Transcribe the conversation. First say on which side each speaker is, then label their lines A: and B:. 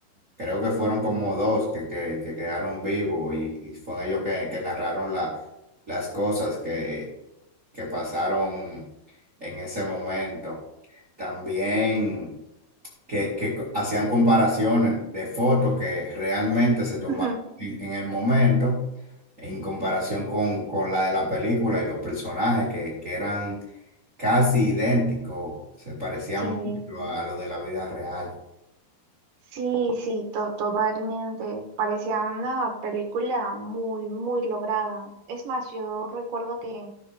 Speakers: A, on the right (about 25°); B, on the right (about 65°).
A: creo que fueron como dos que, que, que quedaron vivos y, y fueron ellos que, que narraron la, las cosas que, que pasaron en ese momento. También que, que co- hacían comparaciones de fotos que realmente se
B: <laughs>
A: tomaron en, en el momento, en comparación con, con la de la película y los personajes que, que eran casi idénticos, se parecían
B: sí,
A: mucho a lo de la vida real.
B: sí, sí, to- totalmente. Parecía una película muy, muy lograda. Es más, yo recuerdo que